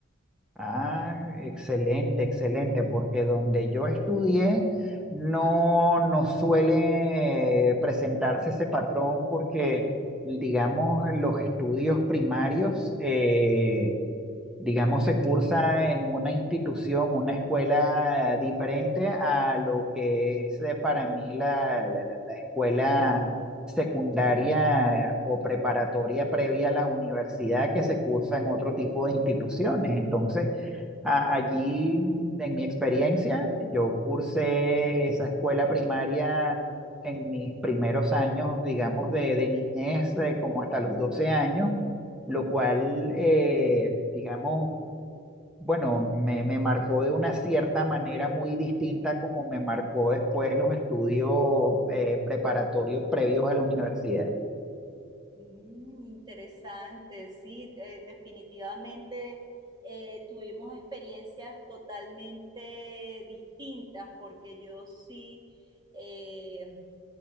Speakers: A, in the centre; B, on the right.
A: Ah, excelente, excelente, porque donde yo estudié no, no suele presentarse ese patrón porque, digamos, los estudios primarios... eh, digamos, se cursa en una institución, una escuela diferente a lo que es eh, para mí la, la- la escuela secundaria eh, o preparatoria previa a la universidad que se cursa en otro tipo de instituciones. Entonces, a- allí, mm, en mi experiencia, yo cursé esa escuela primaria. En mis primeros años, digamos, de, de niñez, eh, como hasta los 12 años, lo cual, eh, digamos, bueno, me, me marcó de una cierta manera muy distinta como me marcó después los estudios eh, preparatorios previos a la universidad.
B: Mm, interesante, sí, de- definitivamente eh, tuvimos experiencias totalmente distintas porque yo sí eh,